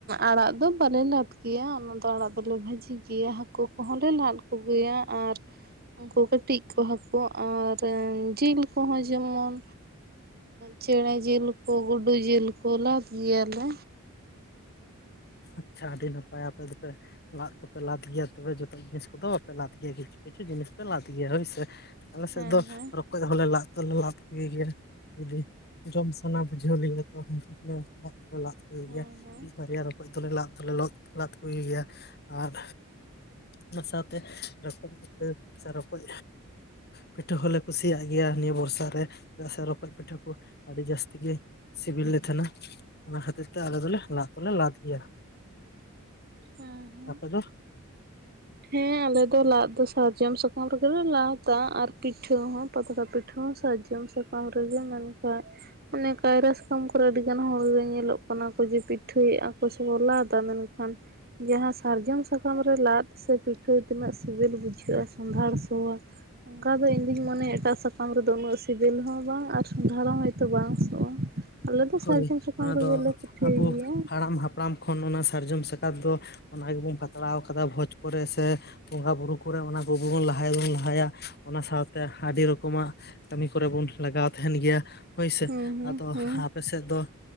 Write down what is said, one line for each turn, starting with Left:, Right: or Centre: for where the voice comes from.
Right: ᱟᱲᱟᱜ ᱫᱚ ᱵᱟᱞᱮ ᱞᱟᱫ ᱜᱮᱭᱟ ᱚᱱᱟ ᱫᱚ ᱟᱲᱟᱜ ᱫᱚᱞᱮ ᱵᱷᱟᱹᱡᱤ ᱜᱮᱭᱟ ᱾ᱦᱟ ᱦᱟᱹᱠᱩ ᱠᱚᱦᱚᱸ ᱞᱮ ᱞᱟᱫ ᱠᱚᱜᱩᱭᱟ ᱟᱨ ᱩᱱᱠᱩ ᱠᱟᱹᱴᱤᱡ ᱠᱚ ᱦᱟᱹᱠᱩ ᱟᱨ ᱡᱤᱞ ᱠᱚᱦᱚᱸ ᱡᱮᱢᱚᱱ ᱪᱮᱬᱮ ᱡᱤᱞ ᱠᱚ ᱜᱩᱰᱩ ᱡᱤᱞ ᱠᱚ ᱞᱟᱫ ᱜᱮᱭᱟᱞᱮ
Left: ᱟᱪᱪᱷᱟ ᱟᱹᱰᱤ ᱱᱟᱯᱟᱭ ᱟᱯᱮ ᱫᱚᱯᱮ, ᱞᱟᱫ ᱫᱚᱯᱮ ᱞᱟᱫ ᱜᱮᱭᱟ ᱛᱚᱵᱮ ᱞᱟᱫ ᱫᱚᱯᱮ ᱡᱚᱛᱚ ᱡᱤᱱᱤᱥ ᱠᱚᱫᱚ ᱵᱟᱯᱮ ᱞᱟᱫ ᱜᱮᱭᱟ ᱠᱤᱪᱷᱩ ᱠᱤᱪᱷᱩ ᱡᱤᱱᱤᱥ ᱯᱮ ᱞᱟᱫ ᱜᱮᱭᱟ ᱦᱳᱭᱥᱮ ᱟᱞᱮ ᱥᱮᱫ
Right: ᱦᱮᱸ
Left: ᱫᱚ
Right: ᱦᱮᱸ
Left: ᱨᱚᱠᱚᱡ ᱦᱚᱸᱞᱮ ᱞᱟᱫ ᱫᱚ ᱞᱟᱫ ᱠᱚᱜ ᱜᱮᱭᱟ᱾ ᱡᱩᱫᱤ ᱡᱚᱢ ᱥᱟᱱᱟ ᱵᱩᱡᱷᱟᱹᱣ ᱞᱮᱭᱟ ᱛᱚ ᱩᱱᱠᱩ ᱦᱚᱸᱞᱮ ᱞᱟᱫ ᱠᱚᱜ
Right: ᱦᱮᱸ
Left: ᱜᱮᱭᱟ
Right: ᱦᱮᱸ
Left: ᱢᱤᱫ ᱵᱟᱨᱭᱟ ᱨᱚ ᱦᱤᱛ ᱛᱚᱞᱮ ᱞᱟᱫ ᱫᱚᱞᱮ ᱞᱟᱫ ᱠᱚ ᱜᱮᱭᱟ ᱟᱨ ᱚᱱᱟ ᱥᱟᱶᱛᱮ ᱨᱚᱠᱚᱡ ᱯᱤᱴᱷᱟᱹ ᱥᱮ ᱨᱚᱠᱚᱡ ᱯᱤᱴᱷᱟᱹ ᱦᱚᱞᱮ ᱠᱩᱥᱤᱭᱟᱜ ᱜᱮᱭᱟ ᱯᱤᱴᱷᱟᱹ ᱦᱚᱞᱮ ᱠᱩᱥᱤᱭᱟ ᱜᱮᱟ ᱱᱤᱭᱟᱹ ᱵᱚᱨᱥᱟ ᱨᱮ, ᱪᱮᱫᱟᱜ ᱥᱮ ᱨᱚᱠᱚᱡ ᱯᱤᱴᱷᱟᱹ ᱠᱚ ᱟᱹᱰᱤ ᱡᱟᱹᱥᱛᱤ ᱜᱮ ᱥᱤᱵᱤᱞ ᱞᱮ ᱛᱟᱦᱮᱸᱱᱟ ᱚᱱᱟ ᱠᱷᱟᱹᱛᱤᱨ ᱛᱮ ᱟᱞᱮ ᱫᱚᱞᱮ ᱞᱟᱫ ᱫᱚᱞᱮ ᱞᱟᱫ ᱜᱮᱭᱟ
Right: ᱚ
Left: ᱟᱯᱮ ᱫᱚ
Right: ᱦᱮᱸ ᱟᱞᱮ ᱫᱚ ᱞᱟᱫ ᱫᱚ ᱥᱟᱨᱡᱚᱢ ᱥᱟᱠᱟᱢ ᱨᱮᱜᱮᱞᱮ ᱞᱟᱫᱟ ᱟᱨ ᱯᱤᱴᱷᱟᱹ ᱦᱚᱸ ᱯᱟᱛᱲᱟ ᱯᱤᱴᱷᱟᱹ ᱥᱟᱨᱡᱚᱢ ᱥᱟᱠᱟᱢ ᱨᱮᱜᱮ, ᱢᱮᱱᱠᱷᱟᱱ ᱚᱱᱮ ᱠᱟᱭ ᱥᱟᱠᱚᱢ ᱠᱚᱨᱮ ᱟᱹᱰᱤᱜᱟᱱ ᱦᱚᱲ ᱧᱮᱞᱚᱜᱼᱟ ᱚᱱᱟ ᱠᱚ ᱡᱮ ᱯᱤᱴᱷᱟᱹᱭᱮᱫᱼᱟ ᱠᱚ ᱥᱮᱵᱚ ᱞᱟᱫᱟ ᱢᱮᱱᱠᱷᱟᱱ ᱡᱟᱦᱟᱸ ᱥᱟᱨᱡᱚᱢ ᱥᱟᱠᱟᱢ ᱨᱮ ᱞᱟᱫ ᱥᱮ ᱯᱤᱴᱷᱟᱹ ᱛᱤᱱᱟᱹᱜ ᱥᱤᱵᱤᱞ ᱵᱩᱡᱷᱟᱹᱜᱼᱟ ᱥᱚᱸᱫᱷᱟᱲ ᱥᱚᱣᱟ᱾ ᱚᱱᱠᱟ ᱫᱚ ᱤᱧ ᱫᱩᱧ ᱢᱚᱱᱮ ᱭᱟ ᱮᱴᱟᱜ ᱥᱟᱠᱟᱢ ᱨᱮᱫᱚ ᱩᱱᱟᱹᱜ ᱥᱤᱵᱤᱞ ᱦᱚᱸ ᱵᱟᱝ ᱟᱨ ᱥᱚᱸᱫᱷᱟᱬ ᱦᱚᱸ ᱦᱚᱭᱛᱳ ᱵᱟᱝ ᱥᱚᱜᱼᱟ ᱟᱞᱮ ᱫᱚ ᱥᱟᱨᱡᱚᱢ
Left: ᱦᱳᱭ
Right: ᱥᱟᱠᱟᱢ
Left: ᱚᱱᱟ
Right: ᱨᱮᱜᱮ
Left: ᱫᱚ
Right: ᱞᱮ ᱯᱤᱴᱷᱟᱹᱭ
Left: ᱟᱵᱚ
Right: ᱜᱮᱭᱟ
Left: ᱦᱟᱲᱟᱢ ᱦᱟᱯᱲᱟᱢ ᱠᱷᱚᱱ ᱚᱱᱟ ᱥᱟᱨᱡᱚᱢ ᱥᱟᱠᱟᱢ ᱫᱚ ᱚᱱᱟ ᱜᱮᱵᱚᱱ ᱯᱟᱛᱲᱟᱣ ᱟᱠᱟᱫᱟ ᱵᱷᱚᱡᱽ ᱠᱚᱨᱮ ᱥᱮ ᱵᱚᱸᱜᱟ ᱵᱩᱨᱩ ᱠᱚᱨᱮ ᱚᱱᱟ ᱠᱚᱵᱚᱱ ᱞᱟᱦᱟᱭᱵᱚᱱ ᱞᱟᱦᱟᱭᱟ ᱚᱱᱟ ᱥᱟᱶᱛᱮ ᱟᱹᱰᱤ ᱨᱚᱠᱚᱢᱟᱜ ᱠᱟᱹᱢᱤ ᱠᱚᱨᱮ ᱵᱚᱱ ᱞᱟᱜᱟᱣ ᱛᱟᱦᱮᱱ ᱜᱮᱭᱟ ᱦᱳᱭᱥᱮ
Right: ᱦᱮᱸ ᱦᱮᱸ
Left: ᱟᱫᱚ
Right: ᱦᱮᱸ
Left: ᱟᱯᱮ ᱥᱮᱫ ᱫᱚ